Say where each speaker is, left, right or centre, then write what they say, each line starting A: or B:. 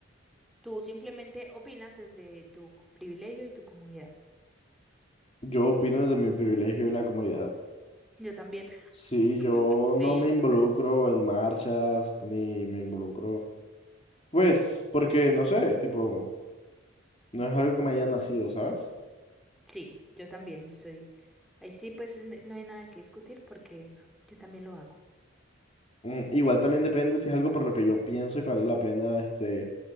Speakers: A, in the centre; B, on the left.
A: Tú simplemente opinas desde tu c- privilegio y tu comodidad.
B: Yo opino desde mi privilegio y la comodidad.
A: Yo también.
B: Sí,
A: <laughs>
B: yo
A: Sí.
B: no me involucro en marchas ni me involucro, pues, porque no sé, tipo, no es algo que me haya nacido, ¿sabes?
A: Sí, yo también soy. Ahí sí, pues n- no hay nada que discutir porque yo también lo hago.
B: Mm, igual también depende si es algo por lo que yo pienso y que vale la pena, este,